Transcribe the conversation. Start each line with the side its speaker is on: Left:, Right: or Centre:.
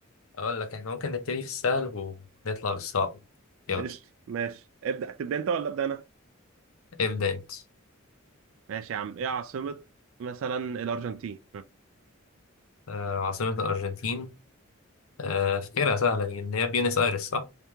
Left: اقول لك احنا ممكن نبتدي في السهل ونطلع للصعب يلا
Right: قشطه ماشي ابدا تبدا انت ولا ابدا انا
Left: ابدا انت
Right: ماشي يا عم ايه عاصمه مثلا الارجنتين
Left: آه عاصمه الارجنتين آه فكرة سهله دي ان هي بيونس ايرس صح